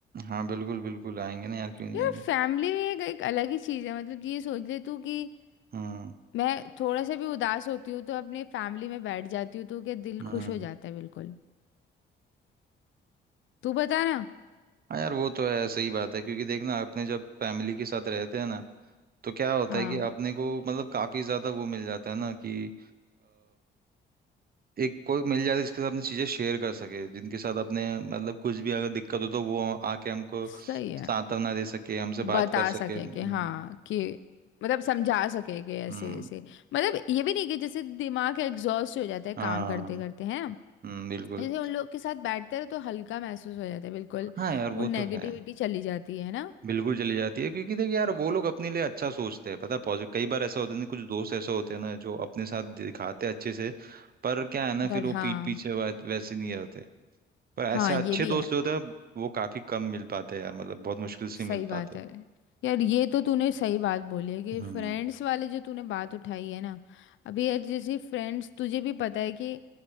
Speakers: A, on the right; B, on the left.
A: हाँ बिल्कुल बिल्कुल आएंगे ना यार क्यों नहीं
B: यार
A: आएंगे
B: फैमिली एक, एक अलग ही चीज है मतलब ये सोच ले तू कि
A: हम्म
B: मैं थोड़ा सा भी उदास होती हूँ तो अपने फैमिली में बैठ जाती हूँ तो क्या दिल
A: हम्म
B: खुश हो जाता है बिल्कुल तू बता ना
A: हाँ यार वो तो है सही बात है क्योंकि देखना अपने जब फैमिली के साथ रहते हैं ना तो क्या होता
B: हाँ
A: है कि अपने को मतलब काफी ज्यादा वो मिल जाता है ना कि एक कोई मिल जाए तो जिसके साथ अपनी चीजें शेयर कर सके जिनके साथ अपने मतलब कुछ भी अगर दिक्कत हो तो वो आके हमको
B: सही है।
A: सांत्वना दे सके हमसे
B: बता
A: बात कर
B: सके
A: सके हम्म
B: कि हाँ कि मतलब समझा सके कि ऐसे
A: हम्म,
B: ऐसे मतलब ये भी नहीं कि जैसे दिमाग एग्जॉस्ट हो जाता है
A: हाँ
B: काम करते करते है ना
A: हम्म, बिल्कुल
B: जैसे उन लोग के साथ बैठते रहो तो हल्का महसूस हो जाता है बिल्कुल
A: हाँ यार वो
B: वो नेगेटिविटी
A: तो है
B: चली जाती है ना
A: बिल्कुल चली जाती है क्योंकि देखिए यार वो लोग अपने लिए अच्छा सोचते हैं पता है पॉजिटिव कई बार ऐसा होता है ना कुछ दोस्त ऐसे होते हैं ना जो अपने साथ दिखाते हैं अच्छे से पर क्या है ना
B: बट
A: फिर वो
B: हाँ
A: पीठ पीछे वै- वैसे नहीं होते पर ऐसे
B: हाँ
A: अच्छे
B: ये भी
A: दोस्त
B: है
A: जो होते हैं वो काफी कम मिल पाते हैं यार मतलब बहुत मुश्किल
B: सही
A: से मिल
B: बात
A: पाते हैं
B: है यार ये तो तूने सही बात बोली है कि
A: हम्म
B: फ्रेंड्स वाले जो तूने बात उठाई है ना अभी यार जैसे फ्रेंड्स तुझे भी पता है कि